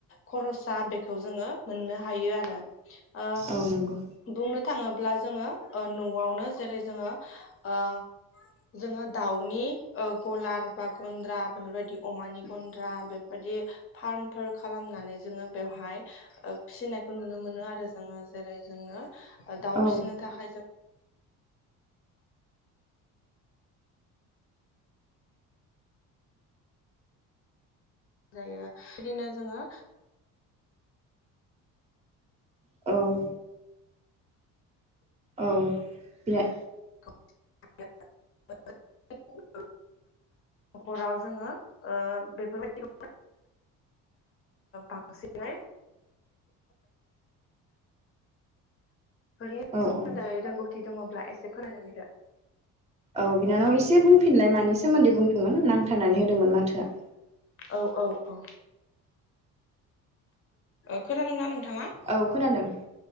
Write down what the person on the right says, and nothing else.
औ नंगौ।
औ
औ औ बिलाय
औ
औ
औ बिनानाव एसे बुंफिनलाय मानि सोमोन्दै बुंदोंमोन नांथारनानै होदोंमोन माथोआ
औ खोनादों